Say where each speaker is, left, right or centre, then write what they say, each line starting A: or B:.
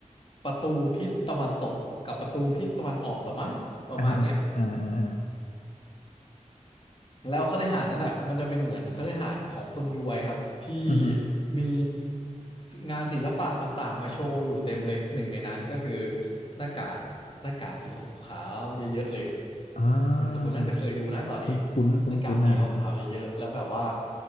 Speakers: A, on the left (about 45°); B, on the left (about 70°).
A: ประตูทิศตะวันตกกับประตูทิศตะวันออกละมั้งประมาณเนี้ย
B: อ่าอ่าอ่าอ่า
A: แล้วคฤหาสน์นั้นอ่ะมันจะเป็นเหมือนคฤหาสน์ของคนรวยครับที่
B: อือฮึ
A: มีงานศิลปะต่างๆมาโชว์อยู่เต็มเลยหนึ่งในนั้นก็คือหน้ากากหน้ากากสีขาวๆเยอะๆเลย
B: อ่า
A: คุณคุณน่าจะเคยดูนะตอนนี้
B: คุ้นคุ้นคุ้นคุ้นๆอ่ะฮะ
A: หน้ากากสีขาวๆเยอะๆแล้วแบบว่า